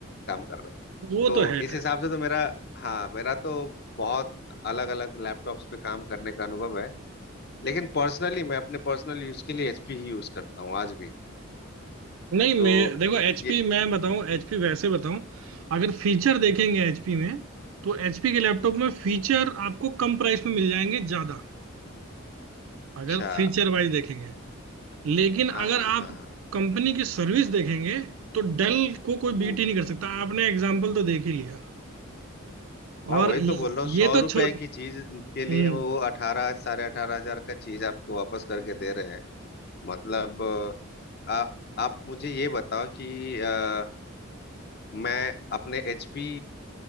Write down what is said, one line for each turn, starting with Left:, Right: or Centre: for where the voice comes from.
Left: काम कर रहे हो
Right: वो
Left: तो
Right: तो है
Left: इस हिसाब से तो मेरा हाँ मेरा तो बहुत अलग अलग लैपटॉप्स पे काम करने का अनुभव है लेकिन पर्सनली मैं अपने पर्सनल यूज के लिए एचपी ही यूज करता हूँ आज भी
Right: नहीं
Left: तो
Right: मैं देखो एचपी
Left: ये
Right: मैं बताऊं एचपी वैसे बताऊं अगर फीचर देखेंगे एचपी में तो एचपी के लैपटॉप में फीचर आपको कम प्राइस में मिल जाएंगे ज्यादा अगर
Left: अच्छा
Right: फीचर वाइज देखेंगे लेकिन अगर
Left: हाँ हाँ
Right: आप
Left: हाँ हाँ।
Right: कंपनी की सर्विस देखेंगे तो डेल को कोई
Left: हम्म
Right: बीट ही नहीं कर सकता आपने एग्जाम्पल तो देख ही लिया और
Left: हाँ वही
Right: ये
Left: तो बोल रहा हूँ सौ
Right: ये तो
Left: रुपए
Right: छोड़
Left: की चीज
Right: हम्म
Left: के लिए वो अठारह साढ़े अठारह हजार का चीज आपको वापस करके दे रहे हैं मतलब
Right: अब-
Left: अ, आ, आप मुझे ये बताओ कि अ, मैं अपने एचपी